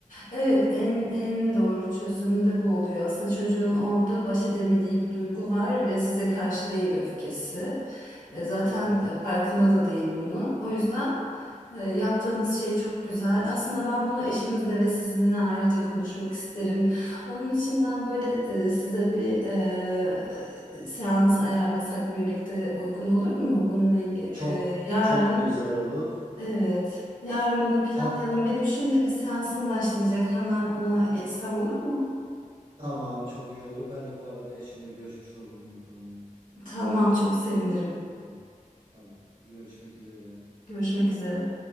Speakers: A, on the left; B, on the right.
A: Evet, en en doğru çözüm de bu oluyor. Aslında çocuğun orada baş edemediği bir duygu var ve size karşı değil öfkesi. E, Zaten
B: Evet.
A: e, farkında da değil bunun. O yüzden e, yaptığınız şey çok güzel. Aslında ben bunu eşinizle ve sizinle ayrıca konuşmak isterim. Onun için ben böyle e, size bir e, seans ayarlasak birlikte uygun olur mu? Bununla ilgili
B: Çok
A: yarın.
B: çok güzel olur.
A: Evet. Yarın bunu planlayalım.
B: Hat
A: Benim şimdi bir seansım başlayacak. Hemen ona geçsem olur mu?
B: tamam çok iyi olur. Ben de bu arada eşimle görüşmüş olurum bu konuyu.
A: Tamam, çok sevinirim.
B: Tamam. Tamam. Görüşmek üzere.
A: Görüşmek üzere.